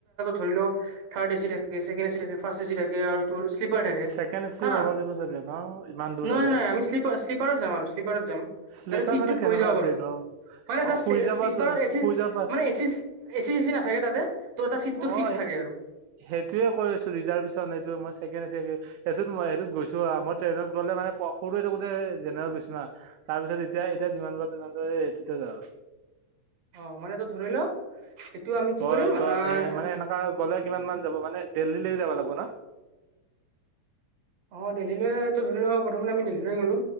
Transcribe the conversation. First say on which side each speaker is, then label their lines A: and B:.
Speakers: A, on the right (about 65°); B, on the right (about 80°).
A: ধৰি ল <unintelligible> থাৰ্ড এচি থাকে, ছেকেণ্ড এচি থাকে, ফাচৰ্ট এচি থাকে আৰু তোৰ স্লিপাৰ থাকে
B: ছেকেণ্ড এচি
A: হা।
B: ল'ব লাগিব চাগে ন ইমান দূৰ
A: নাই
B: আৰু
A: নাই আমি শ্লিপা শ্লিপাৰত যাম আৰু শ্লীপাৰত যাম
B: শ্লিপাৰ
A: তাতে চিটটোত
B: মানে কেনেকুৱা
A: বহি যাব পাৰু।
B: ট্ৰেইনৰ
A: হয় নে
B: অ
A: জাচ
B: শুই যাবা
A: শ্লিপাৰত
B: তো
A: এচি
B: শুই যাবা
A: মানে, এচি এচি চেচি নাথাকে তাতে? ত' এটা চিট তোৰ
B: অ
A: ফিক্স থাকে আৰু
B: সেইটোয়ে কৈ আছো ৰিজাৰ্ভেচন সেইটো মই ছেকেণ্ড ছেকেণ্ড সেইটোত মই সেইটোত গৈছো, মই ট্ৰেইনত গ'লে মানে সৰু হৈ থাকোতে জেনেৰেলত গৈছো, তাৰপিছত এতিয়া এ যিমান পাৰ ট্ৰেনত যাওঁ তেতিয়া সেইটোতে যাওঁ আৰু।
A: অ মানে তই ধৰি ল এইটো আমি কি
B: তই
A: কৰিম
B: তই
A: আহ
B: এ মানে এনেকা গ'লে কিমান মান যাব মানে দেল্লি লৈ যাব লাগব না?
A: অ দেলহীলৈ ধৰি লও প্ৰথম আমি দেল্লিলৈ গলো।